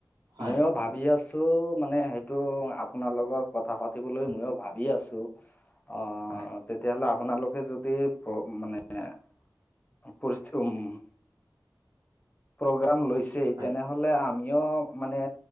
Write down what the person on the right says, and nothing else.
হয়
কওক
হয়
হয়